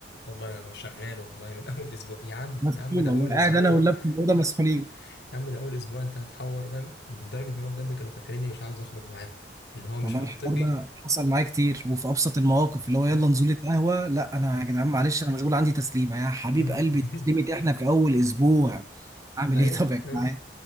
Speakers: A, on the left; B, on the right.
A: والله انا شغال والله من <laughs> اول اسبوع يا عم
B: مسحول
A: يا عم ده
B: والله
A: اول اسبوع
B: قاعد انا واللاب في الاوضه مسحولين
A: <laughs> يا عم ده اول اسبوع انت هتحور فاهم لدرجه ان هو بجد كانوا فاكريني مش عاوز اخرج معاهم اللي هو مش
B: والله
A: منطقي
B: الحوار ده حصل معايا كتير وفي ابسط المواقف اللي هو يلا
A: <laughs>
B: نزوله قهوه لا انا يا جدعان معلش انا مشغول عندي تسليمه يا حبيب
A: مم.
B: قلبي
A: <laughs>
B: تسليمه احنا في اول اسبوع اعمل
A: ايوه
B: ايه <laughs> طب يا جدعان
A: ايوه